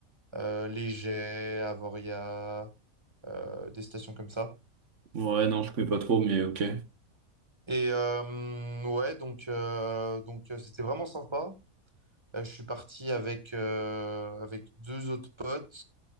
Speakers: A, on the right; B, on the right.
A: euh, Les Jets, Avoria. euh, des stations comme ça.
B: Ouais, non, je connais pas trop, mais ok.
A: Et euh, ouais, donc euh, donc euh, c'était vraiment sympa. Euh, je suis parti avec euh, avec deux autres potes